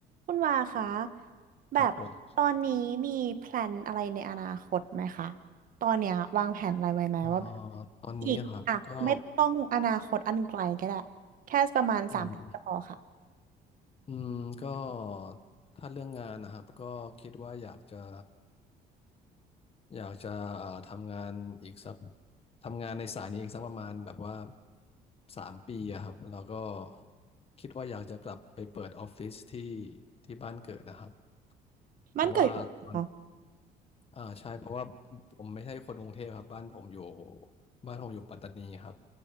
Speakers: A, on the right; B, on the left.
A: คุณวาคะแบบตอนนี้มีแพลนอะไรในอนาคตไหมคะ
B: ครับผม
A: ตอนเนี้ยวางแผนอะไรไว้ไหมว่าแบบ
B: เอ่อตอนนี้ครับก็
A: อีกอ่ะไม่ต้องอนาคตอันไกลก็ได้แค่ประมาณสามปีก็พอค่ะ
B: อืมอืมก็ถ้าเรื่องงานนะครับก็คิดว่าอยากจะอยากจะเอ่อทำงานอีกสักทำงานในสายนี้อีกสักประมาณแบบว่าสามปีอะครับแล้วก็คิดว่าอยากจะกลับไปเปิดออฟฟิศที่ที่บ้านเกิดนะครับเพราะว่าตอน
A: มันเกิดอยู่ที่ไหนคะ
B: อ่าใช่เพราะว่าผมไม่ใช่คนกรุงเทพครับบ้านผมอยู่บ้านผมอยู่ปัตตานีครับ